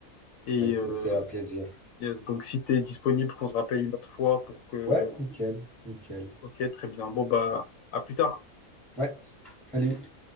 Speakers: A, on the left; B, in the centre.
A: Et
B: bah écoute,
A: euh,
B: c'est un plaisir.
A: yes, donc, si tu es disponible, qu'on se rappelle une autre fois pour que...
B: Ouais, nickel, nickel.
A: Ok, très bien. Bon, bah, à plus tard.
B: Ouais, salut.